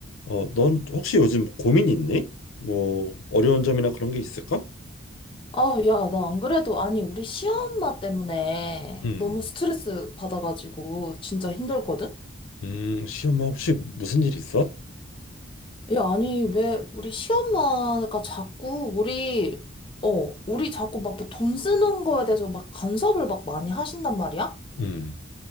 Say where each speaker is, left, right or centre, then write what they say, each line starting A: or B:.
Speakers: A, on the left; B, on the left.
A: 어, 넌 혹시 요즘 고민 있니? 뭐 어려운 점이나 그런 게 있을까?
B: 아, 야, 나 안 그래도, 아니, 우리 시엄마 때문에
A: 음,
B: 너무 스트레스 받아가지고 진짜 힘들거든?
A: 음, 시험아 혹시 무슨 일 있어?
B: 야, 아니, 왜 우리 시엄마가 자꾸 우리, 어, 우리 자꾸 막 뭐 돈 쓰는 거에 대해서 막 간섭을 막 많이 하신단 말이야?
A: 음,